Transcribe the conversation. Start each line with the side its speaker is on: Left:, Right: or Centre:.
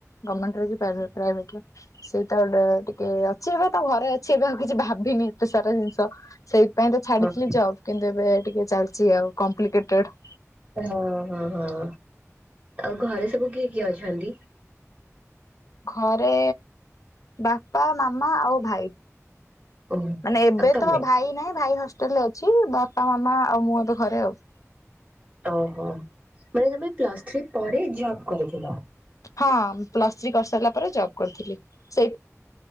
Left: ଗମେଣ୍ଟରେ କି ପ୍ରାଇଭେଟରେ ସେଇଟା ଗୋଟେ ଟିକେ ଅଛି ଏବେ ତା ଘରେ ଅଛି ଏବେ ଆଉ କିଛି ଭାବିନି ଏତେ ସାରା ଜିନିଷ ଷ ସେଇଥିପାଇଁ ତ ଛାଡିଥିଲି
Right: ହଁ।
Left: ଜବ୍ କିନ୍ତୁ ଏବେ ଟିକେ ଚାଲିଛି ଆଉ କପ୍ଲିକେଟେଡ
Right: ହଁ ହଁ ହଁ ଆଉ ଘରେ ସବୁ କିଏ କିଏ ଅଛନ୍ତି?
Left: ଘରେ ବାପା ମାମା ଆଉ ଭାଇ।
Right: ମୁଁ।
Left: ମାନେ ଏବେ
Right: ଆଉ ତମେ
Left: ତ ଭାଇ ନାଇଁ ଭାଇ ହଷ୍ଟେଲ ରେ ଅଛି ବାପା ମାମା ଆଉ ମୁଁ ଏବେ ଘରେ ଆଉ
Right: ଓହୋ ମାନେ ତମେ ପ୍ଲସ୍ ଥ୍ରୀ ପରେ ଜବ କରିଥିଲ?
Left: ହଁ ପ୍ଲସ୍ ଥ୍ରୀ କରିସାରିଲା ପରେ ଜବ୍ କରିଥିଲି ସେଇ